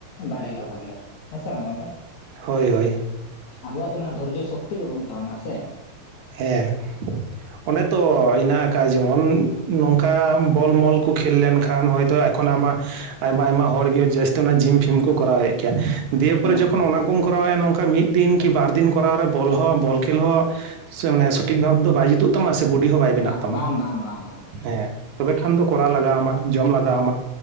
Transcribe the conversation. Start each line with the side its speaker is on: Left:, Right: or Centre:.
Left: ᱵᱟᱨᱨᱮ ᱜᱮ ᱵᱷᱟᱜᱮᱤᱭᱟ ᱦᱮᱸ ᱥᱮ ᱵᱟᱝ ᱜᱚᱝᱠᱮ
Right: ᱦᱳᱭ ᱦᱳᱭ
Left: ᱟᱵᱚᱣᱟᱜ ᱫᱚ ᱱᱚᱣᱟ ᱫᱷᱳᱨᱡᱚ ᱥᱚᱠᱛᱤ ᱜᱮ ᱵᱟᱹᱱᱩᱜ ᱛᱟᱵᱚᱱᱟ ᱦᱮᱸ ᱥᱮ
Right: ᱦᱮᱸ ᱚᱱᱮ ᱛᱚ ᱤᱱᱟᱹ ᱚᱱᱠᱟ ᱡᱮᱢᱚᱱ ᱱᱚᱝᱠᱟ ᱵᱚᱞ ᱢᱚᱞ ᱠᱚ ᱠᱷᱮᱞ ᱞᱮᱱᱠᱷᱟᱱ ᱦᱚᱭᱛᱳ ᱮᱠᱷᱚᱱ ᱟᱢᱟᱜ ᱟᱭᱢᱟ ᱟᱭᱢᱟ ᱦᱚᱲᱜᱮ ᱡᱟᱹᱥᱛᱤ ᱚᱱᱟ ᱡᱤᱢ ᱯᱷᱤᱢ ᱠᱚ ᱠᱚᱨᱟᱣᱮᱫ ᱜᱮᱭᱟ ᱫᱤᱭᱮ ᱯᱚᱨᱮ
Left: ᱦᱮᱸ
Right: ᱡᱚᱠᱷᱚᱱ
Left: ᱦᱮᱸ
Right: ᱚᱱᱟ ᱠᱚᱢ ᱠᱚᱨᱟᱣᱮᱫᱼᱟ ᱱᱚᱝᱠᱟ ᱢᱤᱫ ᱫᱤᱱ ᱠᱤ ᱵᱟᱨ ᱫᱤᱱ ᱠᱚᱨᱟᱣ ᱨᱮ ᱵᱚᱞ ᱦᱚᱸ ᱵᱚᱞ ᱠᱷᱮᱞ ᱦᱚᱸ ᱥᱮ ᱢᱟᱱᱮ ᱥᱚᱴᱷᱤᱠ ᱵᱷᱟᱵ ᱫᱚ ᱵᱟᱭ ᱡᱩᱛᱩᱜ ᱛᱟᱢᱟ ᱥᱮ ᱵᱚᱰᱤ ᱦᱚᱸ ᱵᱟᱭ ᱵᱮᱱᱟᱜ
Left: ᱵᱟᱝ
Right: ᱛᱟᱢᱟ
Left: ᱵᱟᱝ ᱵᱟᱝ ᱵᱟᱝ ᱵᱟᱝ
Right: ᱦᱮᱸ ᱛᱚᱵᱮ ᱠᱷᱟᱱ ᱫᱚ ᱠᱚᱨᱟᱣ ᱞᱟᱜᱟ ᱟᱢᱟ ᱡᱚᱢ ᱞᱟᱜᱟ ᱟᱢᱟ